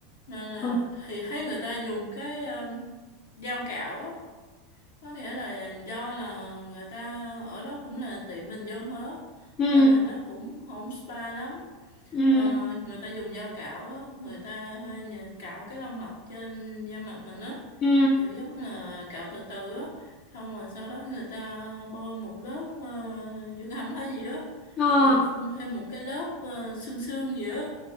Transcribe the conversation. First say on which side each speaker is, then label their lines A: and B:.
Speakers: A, on the left; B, on the left.
A: nên là
B: ừ
A: thì thấy người ta dùng cái ờ, dao cạo á có nghĩa là do là người ta ở đó cũng là tiệm bình dân thôi á
B: ừ
A: nên là nó cũng không spa lắm
B: ừ
A: Ờ, người ta dùng dao cạo á, người ta nhờ- cạo cái lông mặt trên da mặt mình á,
B: ừ
A: kiểu giống là cạo từ từ á, xong rồi sau đó người ta bôi một lớp ờ, dưỡng ẩm hay gì á,
B: ờ
A: rồi phun thêm một cái lớp ờ, xương xương gì á,